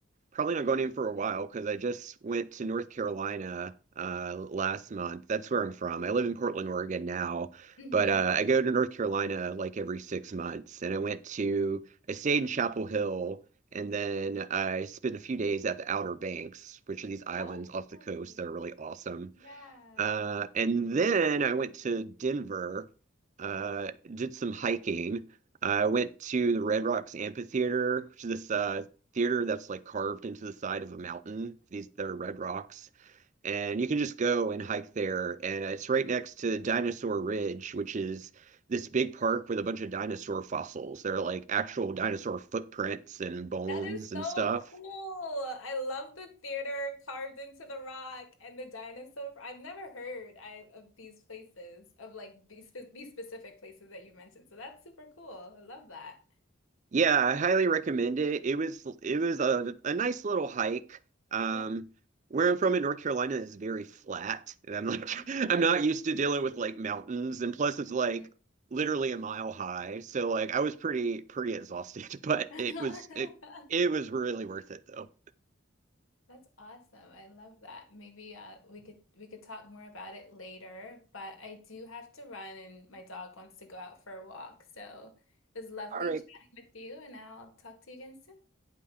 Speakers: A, on the right; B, on the left.
A: Probably not going in for a while because I just went to North Carolina uh, last month. That's where I'm from. I live in Portland, Oregon now,
B: Mm-hmm.
A: but uh, I go to North Carolina like every six months. And I went to, I stayed in Chapel Hill and then I spent a few days at the Outer Banks, which are these islands
B: Oh,
A: off the coast that are really awesome.
B: yeah.
A: Uh, and then I went to Denver, uh, did some hiking. I went to the Red Rocks Amphitheater, which is this uh, theater that's like carved into the side of a mountain. These they're red rocks, and you can just go and hike there. And it's right next to Dinosaur Ridge, which is this big park with a bunch of dinosaur fossils. They're like actual dinosaur footprints and bones
B: That is
A: and
B: so
A: stuff.
B: cool. I love the theater carved into the rock and the dinosaur. I've never heard I of these places, of like these spe- these specific places that you mentioned. So that's super cool. I love that.
A: Yeah, I highly recommend it. It was it was a, a nice little hike. Um,
B: Yeah.
A: where I'm from in North Carolina is very flat, and I'm like <laughs> I'm
B: Mhm.
A: not used to dealing with like mountains, and plus it's
B: Mhm.
A: like literally a mile high. So like I was pretty pretty exhausted, <laughs> but
B: <laughs>
A: it was it it was really worth it though.
B: That's awesome. I love that. Maybe uh, we could we could talk more about it later, but I do have to run and my dog wants to go out for a walk. So it was lovely
A: All right,
B: chatting with you, and I'll talk to you again soon.